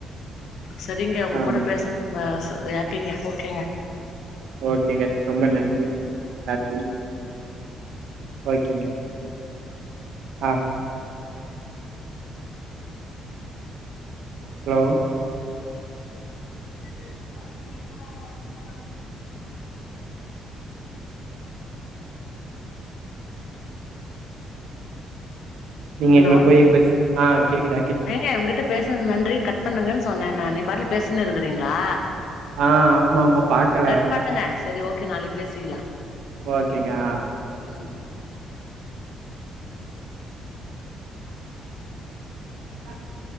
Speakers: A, on the left; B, on the right.
A: செரிங்க உங்க
B: ஆமா
A: கூட பேச ஆ ஹாப்பிங்க ஓகேங்க
B: ஓகேங்க ரொம்ப நன்றி ஹாப்பி ஓகேங்க ஆ ஹலோ
A: <unintelligible>
B: நீங்க
A: ஹலோ
B: இனிமே போய் பேசு ஆ கேக்குது
A: ஏங்க உங்க கிட்ட பேசது நன்றி கட் பண்ணுங்கனு சொன்னே நானு நீ பாட்ல பேசினே இருக்குறீங்களா
B: ஆ ஆமா ஆமா பாக்கல
A: கட் பண்ணுங்க செரி ஓகே நாளைக்கு பேசிக்கலா
B: ஓகேங்க அ
A: ம்
B: ஆ அது